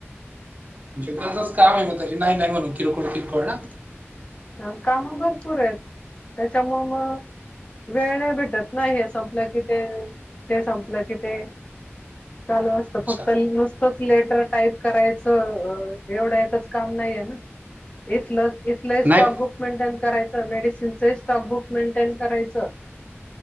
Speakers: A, on the right; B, on the left.
A: म्हणे गरजच काम आहे मग त्याची नाही नाही म्हणू किरकोळ किरकोळ ना
B: हा, काम भरपूर आहेत त्याच्यामुळ मग वेळ नाही भेटत नाही, हे संपलं की ते, ते संपलं की ते,, चालू असतं
A: अच्छा
B: फक्त नुसतच लेटर टाईप करायचं एवढा एकच काम नाहीये ना, इथलं
A: नाही
B: स्टॉकबुक मेंटेन करायचं, मेडिसिनचं स्टॉकबुक मेंटेन करायचं